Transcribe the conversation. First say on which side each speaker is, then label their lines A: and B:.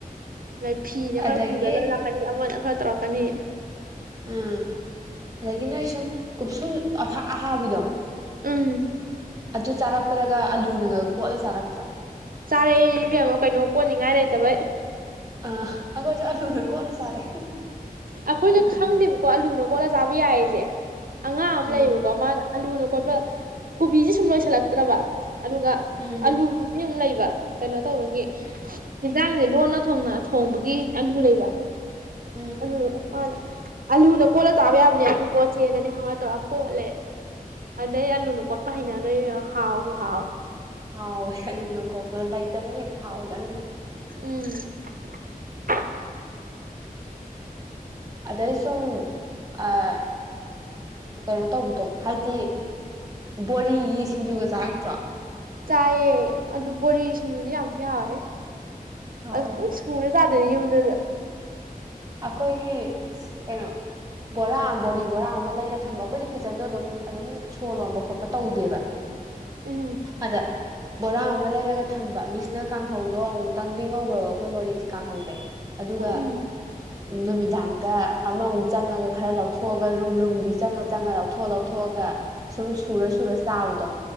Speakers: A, on the right; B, on the right.
A: ꯃꯥꯏ ꯐꯤꯅ ꯈꯔ
B: ꯑꯗꯒꯤ
A: ꯈꯨꯝꯖꯤꯜꯂꯒ ꯂꯥꯛꯀꯅꯤ ꯑꯃꯅ ꯑꯃ ꯇꯧꯔꯛꯀꯅꯤ
B: ꯎꯝ ꯑꯗꯒꯤ ꯅꯣꯏ ꯁꯨꯝ ꯀꯨꯞꯁꯨ ꯑꯍꯥꯕꯤꯗꯣ
A: ꯎꯝ
B: ꯑꯗꯨ ꯆꯥꯔꯛꯄꯗꯒ ꯑꯂꯨꯅꯒ ꯀꯣꯠꯂ ꯆꯥꯔꯛꯇ꯭ꯔꯣ
A: ꯆꯥꯔꯛꯑꯦ ꯏꯕꯦꯝꯃ ꯀꯩꯅꯣ ꯀꯣꯠꯅꯤꯡꯉꯥꯏ ꯂꯩꯇꯕꯩ
B: ꯑꯥ ꯑꯈꯣꯏꯁꯨ ꯑꯂꯨꯗꯣ ꯀꯣꯠꯂ ꯆꯥꯔꯛꯑꯦ
A: ꯑꯩꯈꯣꯏꯁꯨ ꯈꯪꯗꯦꯕꯀꯣ ꯑꯂꯨꯅ ꯀꯣꯠꯂ ꯆꯥꯕ ꯌꯥꯏꯌꯦꯁꯦ ꯑꯉꯥꯡ ꯑꯃ
B: ꯎꯝ
A: ꯂꯦꯌꯦꯕꯀꯣ ꯃꯥꯅ ꯑꯜꯂꯨꯅ ꯀꯣꯠꯄ ꯀꯣꯕꯤꯁꯦ ꯁꯨꯝ ꯂꯣꯏꯁꯤꯜꯂꯛꯇ꯭ꯔꯕ ꯑꯗꯨꯒ
B: ꯎꯝ
A: ꯑꯂꯨꯗꯨꯗꯤ ꯑꯃꯨꯛ ꯂꯩꯕ ꯀꯩꯅꯣ ꯇꯧꯕꯒꯤ
B: ꯎꯝ
A: ꯖꯥꯡꯁꯦ ꯂꯣꯟꯅ ꯊꯣꯡꯅ ꯊꯣꯡꯕꯒꯤ ꯑꯂꯨ ꯂꯩꯕ
B: ꯎꯝ
A: ꯑꯗꯨ ꯃꯅ ꯑꯥꯂꯨꯅ ꯀꯣꯠꯂ ꯆꯥꯕ ꯌꯥꯕꯅꯦ ꯑꯂꯨ ꯀꯣꯠꯁꯦꯅꯅꯦ ꯍꯪꯅ ꯇꯧꯔ ꯀꯣꯠꯂꯦ ꯑꯗꯩ ꯑꯂꯨꯅ ꯀꯣꯠꯄ ꯍꯩꯅꯒ꯭ꯔꯦ ꯏꯕꯦꯝꯃ ꯍꯥꯎꯕꯨ ꯍꯥꯎꯋꯦ
B: ꯍꯥꯎꯏ ꯑꯂꯨꯅ ꯀꯣꯠꯄ ꯂꯩꯇꯝꯅꯤꯅ ꯍꯦꯛꯇ ꯍꯥꯎꯋꯦ ꯈꯪꯗꯦ
A: ꯎꯝ <inaudible>
B: ꯑꯗꯩ ꯁꯨꯝ ꯑꯥ ꯀꯩꯅꯣ ꯇꯧꯕꯗꯣ ꯍꯥꯏꯗꯤ ꯕꯣꯔꯤꯒꯤ ꯁꯤꯡꯖꯨꯒ ꯆꯥꯔꯛꯇ꯭ꯔꯣ
A: ꯆꯥꯏꯌꯦ ꯑꯗꯨ ꯕꯣꯔꯤ ꯁꯤꯡꯖꯨꯗꯤ ꯌꯥꯝ ꯊꯤ ꯍꯥꯎꯋꯦꯍꯦ
B: ꯍꯥꯎꯋꯦ
A: ꯑꯗꯨꯝ ꯁꯨꯔꯦ ꯆꯥꯗ꯭ꯔꯦ ꯌꯨꯝꯗꯒ
B: ꯑꯩꯈꯣꯏꯒꯤ ꯀꯩꯅꯣ ꯕꯣꯔꯥ ꯕꯣꯔꯤ ꯕꯣꯔꯥ ꯑꯃ ꯂꯩꯔ ꯊꯝꯕ ꯑꯩꯈꯣꯏꯗꯤ ꯀꯤꯠꯆꯟꯗꯣ ꯑꯗꯨꯝ ꯑꯗꯨꯝ ꯁꯣ ꯂꯣꯟꯕ ꯈꯣꯠꯄ ꯇꯧꯗꯦꯕ
A: ꯎꯝ
B: ꯑꯗ ꯕꯣꯔꯥ ꯑꯃ ꯂꯩꯔꯒ ꯊꯝꯕ ꯃꯤꯁꯅ ꯀꯥꯡꯍꯧꯗꯣ ꯑꯃꯨꯛꯇꯪꯗꯤ ꯉꯧꯒ꯭ꯔꯕ ꯑꯩꯈꯣꯏ ꯕꯣꯔꯤ ꯀꯥꯡꯍꯧ ꯑꯗꯨꯒ
A: ꯎꯝ
B: ꯅꯨꯃꯤꯗꯥꯡꯗ ꯑꯃꯃꯨꯛ ꯆꯪꯉꯒ ꯈꯔ ꯂꯧꯊꯣꯛꯑꯒ ꯔꯨꯝ ꯔꯨꯝꯒꯤ ꯆꯪꯉ ꯆꯪꯉ ꯂꯧꯊꯣꯛ ꯂꯧꯊꯣꯛꯑꯒ ꯁꯨꯝ ꯁꯨꯔꯥ ꯁꯨꯔꯥ ꯆꯥꯕꯗꯣ